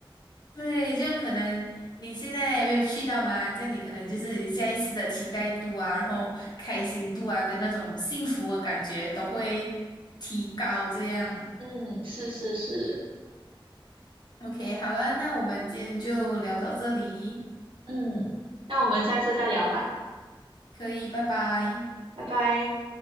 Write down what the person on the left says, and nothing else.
对，就可能你现在没有去到嘛，这样你可能就是下一次的期待度啊，然后开心度啊，跟那种幸福的感觉都会提高。这样
，OK，好啦，那我们今天就聊到这里，
可以，拜拜。